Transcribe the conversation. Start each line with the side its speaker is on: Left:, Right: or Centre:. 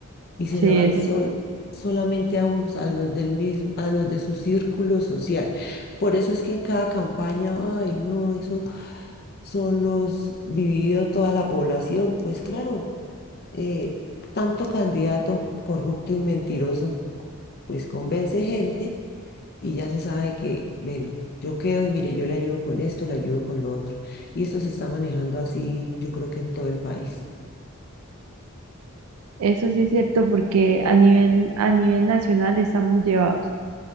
Left: y se
Right: sí,
Left: lo dan
Right: eso
Left: sol,
Right: sí.
Left: solamente a unos, a los del mismo, a los de su círculo social. Por eso es que en cada campaña, ay, no, eso son los dividido toda la población, pues claro, eh, tanto candidato corrupto y mentiroso, pues convence gente y ya se sabe que, bueno, yo quedo y mire, yo le ayudo con esto, le ayudo con lo otro. Y esto se está manejando así, yo creo que en todo el país.
Right: Eso sí es cierto porque a nivel, a nivel nacional estamos llevados.